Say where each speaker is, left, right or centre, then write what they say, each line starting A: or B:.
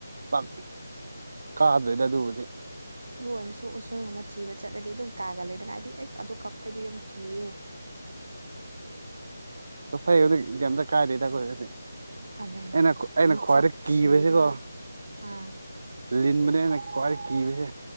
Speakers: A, on the right (about 50°); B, on the right (about 75°).
A: ꯄꯛ ꯀꯥꯗ꯭ꯔꯦꯏꯗ ꯑꯗꯨꯕꯨꯗꯤ
B: ꯑꯗꯨ ꯑꯣꯏꯔꯁꯨ ꯎꯁꯣꯏꯒꯨꯝꯕ ꯊꯤꯕ ꯆꯠꯂꯗꯤ ꯑꯗꯨꯝ ꯀꯥꯒꯜꯂꯦꯗꯅ ꯍꯥꯏꯗꯤ ꯑꯩꯁ ꯑꯗꯨ ꯀꯛꯄꯩꯗꯨ ꯌꯥꯝ ꯀꯤꯌꯦ
A: ꯀꯛꯐꯥꯏꯗꯤ ꯀꯔꯤꯝꯗ ꯀꯥꯏꯗꯦꯗ ꯑꯩꯈꯣꯏꯗꯗꯤ
B: ꯑꯂꯩ
A: ꯑꯩꯅ ꯑꯩꯅ
B: ꯃꯁꯛ
A: ꯈ꯭ꯋꯥꯏꯗ ꯀꯤꯕꯁꯤꯀꯣ
B: ꯊꯤꯔꯒ ꯑꯥ
A: ꯂꯤꯟꯕꯨꯅꯦ ꯑꯩꯅ ꯈꯋꯥꯏ ꯀꯤꯕꯁꯦ